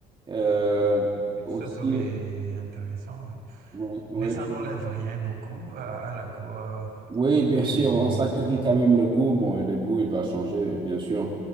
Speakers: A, on the right (about 30°); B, on the right (about 70°).
A: Euh,
B: oui. Oui,
A: aussi,
B: ce serait intéressant. oui.
A: oui, oui.
B: Mais ça n'enlève
A: oui.
B: rien au coût, à, à la coût, euh,
A: Oui,
B: au coût
A: bien
B: du,
A: sûr, euh, on sacrifie
B: de...
A: quand même le goût. Bon, le goût, il va changer, bien sûr.